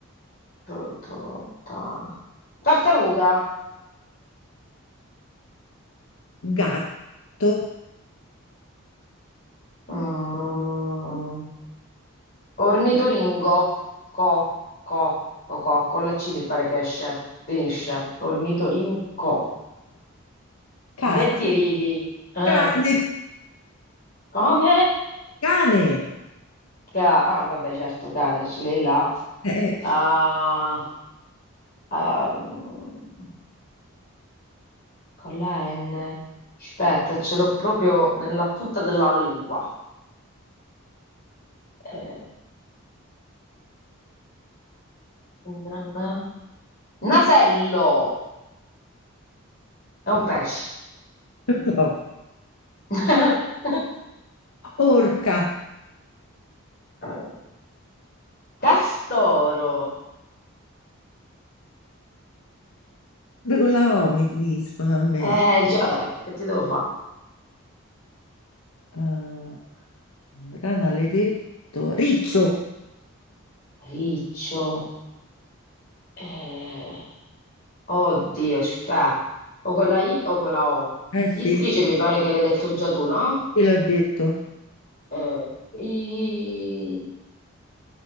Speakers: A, on the left; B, on the left.
A: tu- tu- ta- tartaruga,
B: gatto,
A: mm, ornitoringo, co, co, co, co, con la C mi pare che esce, finisce, ornitorinco.
B: cane.
A: Che ti ridi? Eh,
B: Cane,
A: come?
B: cane,
A: Che ha- ah, vabbè, certo, cane, ce l'hai là.
B: eh,
A: Ah, ehm, con la N. Aspetta, ce l'ho proprio nella punta della lingua. Eh, na- na- Nasello! È un pesce.
B: no.
A: <laughs>
B: Orca,
A: Eh, Castoro!
B: pure con la O mi finiscono a me.
A: Eh già, che ti devo fare?
B: Ah, rana l'hai detto. Riccio,
A: Riccio. Eh. Oddio, spè. O con la I o con la O.
B: eh sì,
A: Istrice mi pare che l'hai detto già tu, no?
B: te l'ho detto.
A: Eh, I...